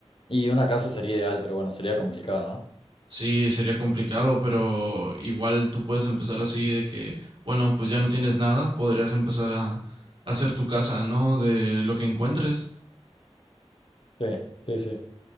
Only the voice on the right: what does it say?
Sí, sería complicado, pero igual tú puedes empezar así de que, bueno, pues ya no tienes nada, podrías empezar a, a hacer tu casa, ¿no? De lo que encuentres.